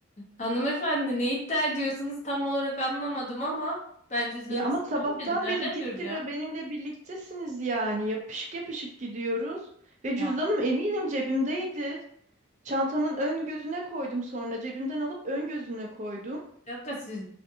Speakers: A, on the left (about 35°); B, on the right (about 35°).
A: Hanımefendi ne iddia ediyorsunuz tam olarak anlamadım ama ben cüzdanınızı
B: Ya ama sabahtan
A: görmedim. Nereden
B: beri dip
A: göreceğim?
B: dibe benimle birliktesiniz yani. Yapışık yapışık gidiyoruz. Ve cüzdanım
A: Ya
B: eminim cebimdeydi. Çantamın ön gözüne koydum sonra. Cebimden alıp ön gözüne koydum.
A: bir dakika siz